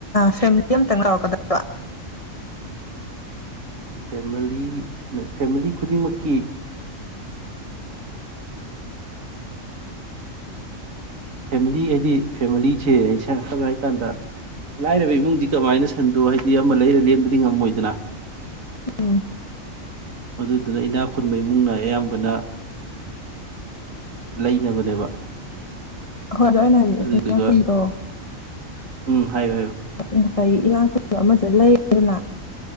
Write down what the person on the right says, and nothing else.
ꯐꯦꯃꯤꯂꯤ ꯐꯦꯃꯤꯂꯤ ꯈꯨꯗꯤꯡꯃꯛꯀꯤ ꯐꯦꯃꯤꯂꯤ ꯍꯥꯏꯗꯤ ꯐꯦꯃꯤꯂꯤꯁꯦ ꯑꯩꯁ ꯁꯪꯅ ꯍꯥꯏ ꯀꯥꯟꯗ ꯂꯥꯏꯔꯕ ꯏꯃꯨꯡꯗꯤ ꯀꯃꯥꯏꯅ ꯁꯟꯗꯣ ꯍꯥꯏꯗꯤ ꯑꯃ ꯂꯩꯔ ꯂꯦꯟꯕꯗꯤ ꯉꯝꯃꯣꯏꯗꯅ
ꯑꯗꯨꯗꯨꯅ ꯏꯅꯥꯛ ꯈꯨꯟꯕ ꯏꯃꯨꯡ ꯅꯥ ꯑꯌꯥꯝꯕꯅ ꯂꯩꯅꯕꯅꯦꯕ
ꯑꯗꯨꯗꯨꯒ
ꯎꯝ ꯍꯥꯏꯌꯨ ꯍꯥꯏꯌꯨ